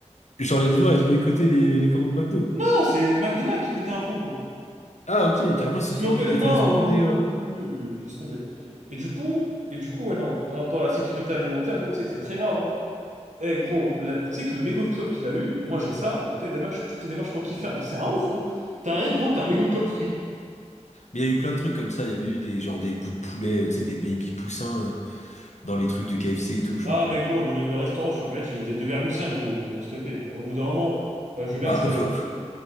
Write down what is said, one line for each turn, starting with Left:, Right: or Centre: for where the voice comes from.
Left: Genre les livreurs, ils boycottaient les, les commandes McDo.
Right: Non, c'est le McDonald's qui pétait un plomb, gros.
Left: Ah ok, carrément ils se
Right: Parce
Left: sont
Right: que,
Left: fait
Right: en
Left: enlever.
Right: fait, non,
Left: Enfin ils
Right: oh,
Left: ont demandé. euh,
Right: oh, oh, je laisse tomber. Et du coup, et du coup, ouais, non, par rapport à la sécurité alimentaire, gros, tu sais que c'est très grave, hein. Eh gros, la- tu sais que le mégot de clope qu'il a eu, moi j'ai ça, la tête d'amère, je fais toutes les démarches pour qu'il ferme. C'est un ouf gros. T'arrives gros, t'as un mégot de clope free.
Left: Mais il y a eu plein de trucs comme ça. Il y avait eu des, genre, des bouts de poulet, euh, tu sais, des baby poussins euh, dans les trucs de KFC et tout, genre.
Right: Ah mais gros, le, le- le restaurant sur Uber Eats, il était 2,5 gros, euh, s'il te plaît frère. Au bout d'un moment, euh, je veux bien
Left: Bah,
Right: que ça
Left: après,
Right: arrive
Left: faut-
Right: une fois.